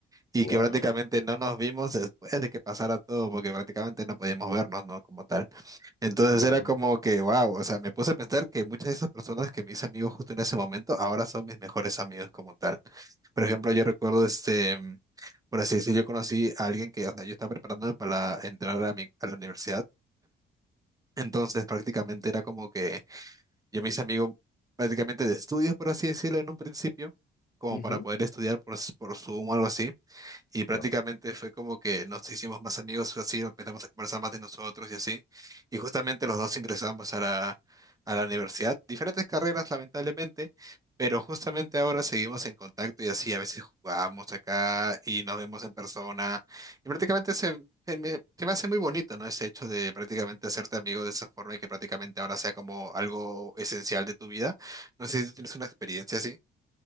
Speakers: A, on the right; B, on the left.
A: y
B: Guau,
A: que prácticamente no nos vimos después de que pasara todo, porque prácticamente no podíamos vernos, ¿no? Como tal. Entonces
B: claro.
A: era como que, wow, o sea, me puse a pensar que muchas de esas personas que me hice amigos justo en ese momento, ahora son mis mejores amigos como tal. Por ejemplo, yo recuerdo, este, mm, por así decirlo, yo conocí a alguien que, o sea, yo estaba preparándome para entrar a, mi- a la universidad. Entonces prácticamente era como que yo me hice amigo prácticamente de estudios, por así decirlo, en un principio, como
B: Ujú,
A: para poder estudiar por, s- por Zoom o algo así. Y prácticamente
B: Claro.
A: fue como que nos hicimos más amigos, así empezamos a conversar más de nosotros y así. Y justamente los dos ingresamos a la, a la universidad, diferentes carreras lamentablemente, pero justamente ahora seguimos en contacto y así a veces jugamos acá y nos vemos en persona. Y prácticamente se, se me, se me hace muy bonito, ¿no? Ese hecho de prácticamente hacerte amigo de esa forma y que prácticamente ahora sea como algo esencial de tu vida. No sé si tú tienes una experiencia así.